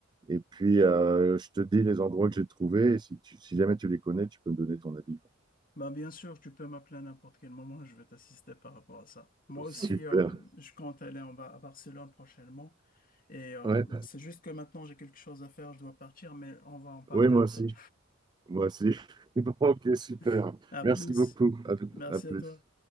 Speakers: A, on the right; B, on the left.
A: Et puis euh, je te dis les endroits que j'ai trouvés. Et si, tu- si jamais tu les connais, tu peux me donner ton avis. quoi.
B: Bah, bien sûr, tu peux m'appeler à n'importe quel moment, je vais t'assister par rapport à ça. Moi
A: Super.
B: aussi, euh, je compte aller en bas à Barcelone prochainement. Et euh,
A: Ouais.
B: c'est juste que maintenant j'ai quelque chose à faire, je dois partir, mais on va en parler
A: Oui, moi
B: après.
A: aussi. Moi aussi. <laughs> Ok, super.
B: <laughs> À
A: Merci
B: plus.
A: beaucoup. À
B: Merci
A: à plus.
B: à toi.